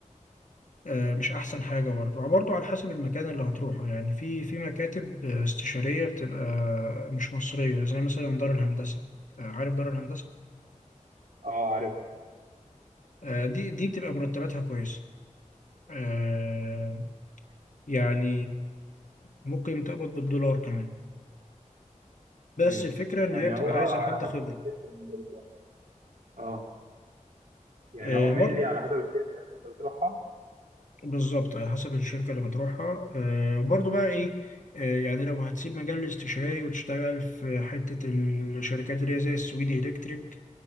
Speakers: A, on the left (about 70°); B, on the right (about 80°).
A: آه مش احسن حاجة برضه برضه على حسب المكان اللي هتروحه يعني في في مكاتب استشارية بتبقى مش مصرية زي مثلا دار الهندسة آه، عارف دار الهندسة
B: اه عارف
A: آه، دي دي بتبقى مرتباتها كويسة آه، يعني ممكن تقبض بالدولار كمان بس
B: مم.
A: الفكرة إن
B: يعني
A: هي بتبقى
B: هو
A: عايزة
B: على
A: حد خبرة
B: حسب الشركه اللي انت بتروحها اه يعني
A: آه،
B: هو مينلي
A: برضه
B: على حسب الشركة اللي انت بتروحها
A: بالظبط على حسب الشركة اللي بتروحها آه، وبرضه بقى إيه آه، يعني لو هتسيب مجال الاستشاري وتشتغل في حتة الشركات اللي هي زي السويدي إلكتريك